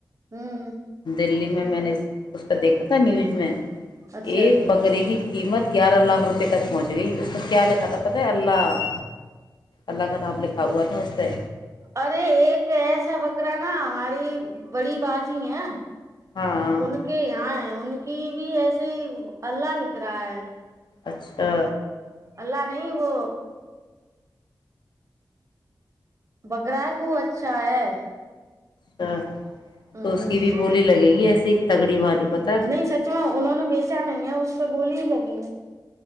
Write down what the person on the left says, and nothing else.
دیلی میں میں نے اس پر دیکا تھا نیوز میں
ایک
بکرے کی قیمت گیارہ لاکھ روپئے تک پہنچ گئی اس پر کیا لگتا کت پتے اللہ اللہ کا نام لکھا ہوا تھا اس سے
ہاں
اچھا
اچھا
تو اس کی بھی بولی لگے گی ایسی تگڑی والی پت ہے